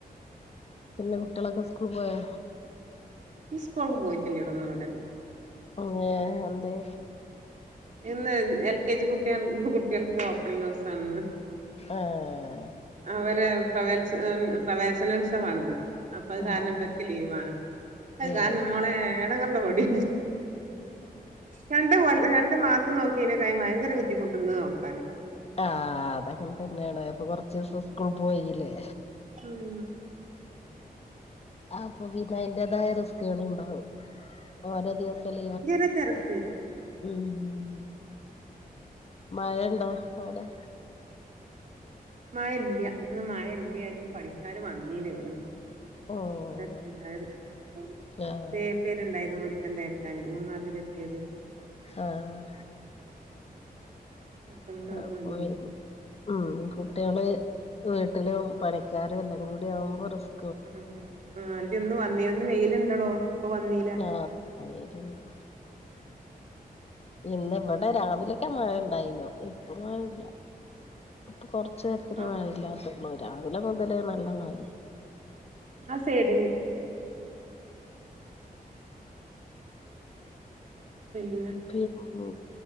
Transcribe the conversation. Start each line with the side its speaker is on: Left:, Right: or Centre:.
Left: പിന്നെ കുട്ടികളൊക്കെ സ്കൂൾ പോയോ
Right: ഇന്ന് സ്കൂൾ പോയിട്ടില്ലെടോ ഇന്ന് ഇവിടെ ഉണ്ട്
Left: ങേ എന്തേ
Right: ഇന്ന് എൽ കെ ജി കുട്ടൾ കുട്ടികൾക്ക് ഓപ്പണിംഗ് ഹൗസ് ആണിന്ന്
Left: ആഹ്
Right: അവര് പ്രവേത്സ പ്രവേശനോത്സവാണിന്ന് അപ്പ അത്
Left: ആഹ്
Right: കാരണം ഇവര്ക്ക് ലീവാണ് അത്
Left: ഏഹ്
Right: കാരണം മോളേ എടങ്ങർന്റെ കൊടി രണ്ട് കൊ രണ്ട് മാസം നോക്കിതിനേക്കായും ഭയങ്കര ബുദ്ധിമുട്ട്ണ്ട് നോക്കാൻ
Left: ആഹ് അതങ്ങനെ തന്നെണ് ഇപ്പൊ കൊറച്ചീസം സ്കൂൾ പോയില്ലേ
Right: ഉം
Left: ആപ്പൊ പിന്നെ അതിന്റേതായ റിസ്‌കെള്ണ്ടാവും ഓരോ ദിവസം ലീവ
Right: <unintelligible> തെരക്ക്
Left: ഉം മയണ്ടോ അവടെ
Right: മയല്ല്യാ ഇന്ന് മഴ ഇല്ല്യാനു പണിക്കാര് വന്നീല്ല്യാനും
Left: ഓഹ്
Right: അതാപ്പം ഉണ്ടായത് <unintelligible>
Left: ആഹ്
Right: ണ്ടായിരുന്നു മുറ്റം തേക്കാന് ഉം മതില് കെട്ടിയത്
Left: ആഹ്
Right: അപ്പൊ ഇന്ന്
Left: <unintelligible>
Right: അവര് വന്നീല്ല
Left: ഉം കുട്ട്യേള് വീട്ടിലും പണിക്കാര് എല്ലാം കൂടി ആവുമ്പോ റിസ്
Right: ആ ആ അതിന്ന് വന്നീന്ന് വെയില് ഇണ്ടടോ ഇപ്പ വന്നീ
Left: ആഹ് ആ വെയ്‌ലിണ്ട് ഇന്ന് ഇവടെ രാവിലെക്കെ മഴ ഉണ്ടായിനു ഇപ്പ മഴല്ല ഇപ്പൊ കൊറച്ച് നേരത്തിന്
Right: ആഹ്
Left: മഴല്ലാത്ത് രാവിലെ മുതലേ നല്ല മഴ
Right: ആ സെയ്ഡിന് പിന്നെ
Left: പിന്നെ